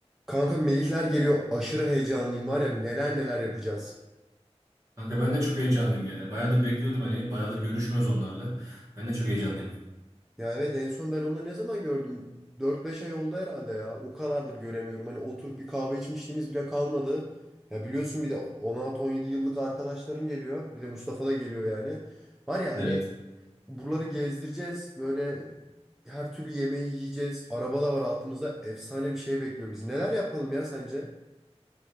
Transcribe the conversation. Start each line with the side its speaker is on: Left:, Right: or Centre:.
Centre: Kanka Melihler geliyor. Aşırı heyecanlıyım var ya neler neler yapacağız.
Right: Kanka ben de çok heyecanlıyım ya. Bayağıdır bekliyordum hani. Bayağıdır görüşmüyoruz onlarla. Ben de çok heyecanlıyım.
Centre: Ya evet en son ben onları ne zaman gördüm? Dört beş ay oldu herhalde ya. O kadardır göremiyorum. Hani oturup bir kahve içmişliğimiz bile kalmadı. Ya biliyorsun bir de 16-17 yıllık arkadaşlarım geliyor. Bir de Mustafa da geliyor yani. Var ya hani
Right: Evet.
Centre: buraları gezdireceğiz. Böyle her türlü yemeği yiyeceğiz. Araba da var altımızda. Efsane bir şey bekliyor bizi. Neler yapalım ya sence?